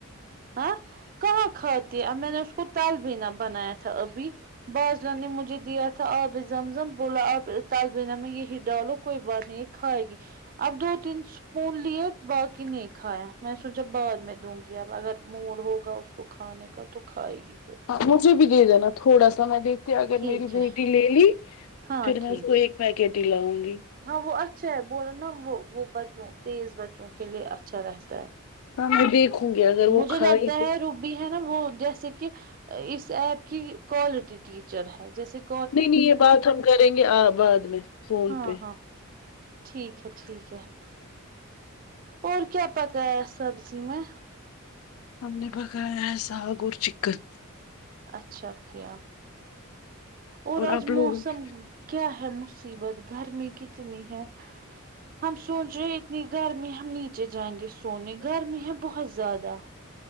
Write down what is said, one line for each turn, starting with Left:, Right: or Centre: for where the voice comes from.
Right: ہاں کہاں کھاتی اب میں نے اس کو تال بھینا بنایا تھا ابھی باجروں نے مجھے دیا تھا آب زمزم بولا آپ تال بھی میں یہی ڈالو کوئی بات نہیں کھائے گی اب دو تین اسپون لیے باقی نہیں کھایا میں سوچا بعد میں دوں گی اب اگر موڈ ہوگا اس کو کھانے کا تو کھائے گی پھر
Left: ہاں مجھے بھی دے دینا تھوڑا سا میں دیکھتی ہوں اگر
Right: ٹھیک
Left: میری
Right: ہے
Left: بیٹی لے لی
Right: ہاں
Left: پھر میں
Right: ٹھیک
Left: اس کو ایک
Right: ہے
Left: پیکٹ ہی لاؤں گی
Right: ہاں وہ اچھا ہے بول نا وہ وہ بچوں تیز بچوں کے لیے اچھا رہتا ہے
Left: <unintelligible> وہ
Right: مجھے
Left: کھائی
Right: لگتا
Left: تو
Right: ہے رو بھی ہے نا وہ جیسے کہ اس ایپ کی کوالٹی ٹیچر ہے جیسے کہ
Left: نہیں نہیں یہ بات ہم کریں گے بعد میں فون
Right: ہاں
Left: پہ
Right: ہاں ٹھیک ہے ٹھیک ہے اور کیا پکایا سبزی میں
Left: ہم نے پکایا ہے ساگ اور چکن
Right: اچھا کیا اور آج
Left: آپ لوگ
Right: موسم کیا ہے مصیبت گرمی کتنی ہے ہم سوچ رہے اتنی گرمی ہم نیچے جائیں گے سونے گرمی ہے بہت زیادہ